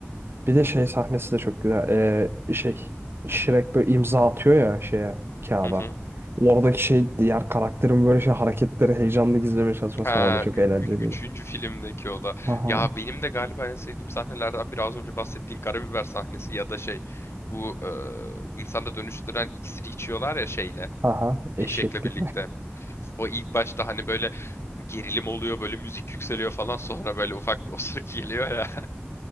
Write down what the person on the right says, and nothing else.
bir de şey sahnesi de çok güzel. Ee, şey Shrek böyle imza atıyor ya şeye kağıda.
Oradaki şey diğer karakterin böyle şey hareketleri heyecanlı gizlemeye çalışması
falan da çok
eğlenceliydi.
Haha
haha eşeklik.